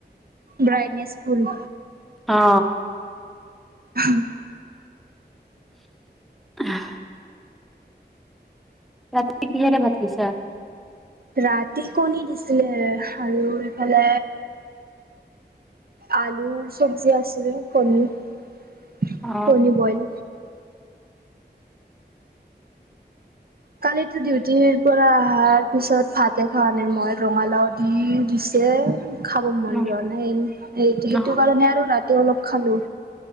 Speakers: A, on the right; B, in the centre.
A: ব্ৰাইটনেছ ফুল।
B: অ
A: হাহ।
B: আহ। ৰাতি কিহেৰে ভাত খাইছা?
A: ৰাতি কণী দিছিলে আৰু এইফালে আলুৰ চব্জি আছিলে পনীৰ
B: অ
A: কণি বইল। কালিতো ডিউটিৰ পৰা আহাৰ পিছত ভাত সেইকাৰণে মই ৰঙালাও দি দিছে। খাব মন
B: ন
A: যোৱা নাই এই এই সেইটো
B: ন
A: কাৰণে আৰু ৰাতি অলপ খালোঁ।